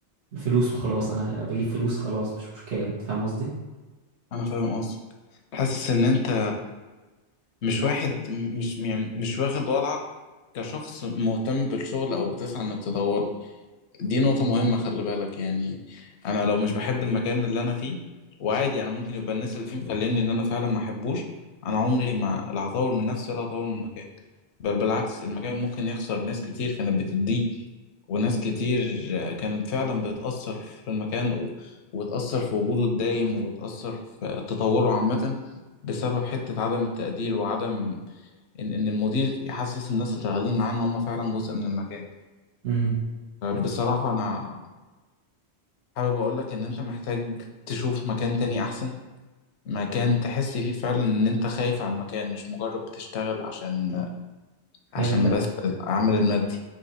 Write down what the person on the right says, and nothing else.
الفلوس وخلاص أنا بجيب فلوس خلاص مش مشكلة أنت فاهم قصدي؟
بالظبط
امم
فهمتك